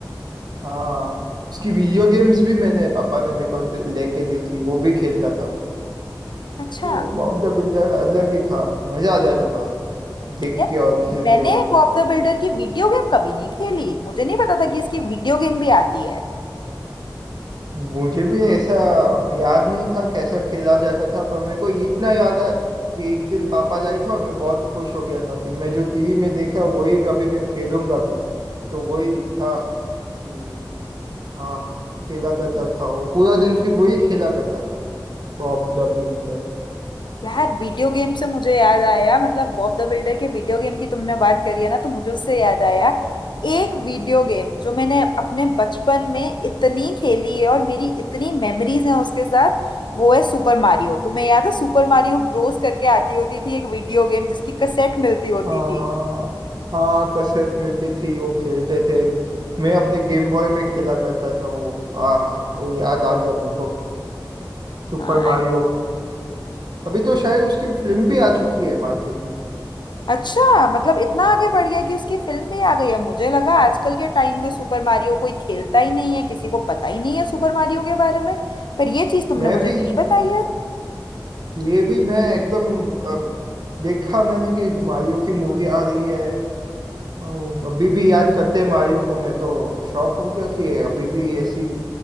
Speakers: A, on the right; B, on the left.
A: हाँ उसकी वीडियो गेम्स भी मैंने पापा ने मेरे को दे- लेके दी थी वो भी खेलता था
B: अच्छा
A: वो बॉब द बिल्डर अलग ही था मजा आ जाता था देख
B: यार
A: के और खेलते
B: मैंने
A: हो
B: बॉब द बिल्डर की वीडियो गेम कभी नहीं खेली मुझे नहीं पता था कि इसकी वीडियो गेम भी आती है
A: मुझे भी ऐसा याद नहीं था कैसा खेला जाता था पर मेरे को ये इतना याद है कि एक दिन पापा लाई था और मैं बहुत खुश हो गया था कि मैं जो टीवी में देख रहा हूँ वही मैं- अभी मैं खेलूंगा भी तो वही था हम्म, हाँ खेला करता था वो पूरा दिन फिर वही खेला करता था बॉब द बिल्डर
B: यार वीडियो गेम से मुझे याद आया मतलब बॉब द बिल्डर के वीडियो गेम की तुमने बात करी है ना तो मुझे उससे याद आया एक वीडियो गेम जो मैंने अपने बचपन में इतनी खेली है और मेरी इतनी मेमोरीज हैं उसके साथ वो है सुपर मारियो तुम्हें याद है सुपर मारियो ब्रोस करके आती होती थी एक वीडियो गेम जिसकी कैसेट मिलती होती
A: हाँ
B: थी
A: हाँ कसरत मिलती थी वो खेलते थे मैं अपने गेम बॉय में खेला करता था वो आ हा हा वो याद आ गया मेरे को सुपर
B: हाँ
A: मारियो अभी तो शायद उसकी फिल्म भी आ चुकी है मार्केट में
B: अच्छा मतलब इतना आगे बढ़ गया कि उसकी फिल्म भी आ गई है मुझे लगा आजकल के टाइम में सुपर मारियो कोई खेलता ही नहीं है किसी को पता ही नहीं है सुपर मारियो के बारे में पर ये चीज तुमने
A: मैं
B: मुझे
A: भी
B: नहीं बताई है
A: ये भी मैं एकदम अम, देखा मैंने कि मारियो की मूवी आ रही है ओ, अभी भी याद करते हैं मारियो को मैं तो शॉक हो गया कि अभी भी ऐसी